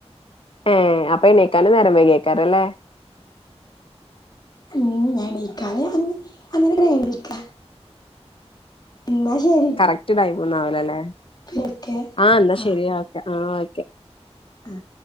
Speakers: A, on the left; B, on the left.
A: ഏ അപ്പൊ എണിക്കാനും നേരം വെയ്കെക്കാരല്ലെ
B: ഉം ഞ്ഞെണീക്കാതെ അങ്ങ് അങ്ങനെക്കെ ഞ്ഞെണീക്ക എന്നാ ശെരി
A: കറക്റ്റ് ടൈമെന്നുആവുലലെ
B: വിളിക്കേ
A: ആ ന്നാ
B: ആഹ്
A: ശരി ഓക്കെ ആ ഓക്കെ
B: ആഹ്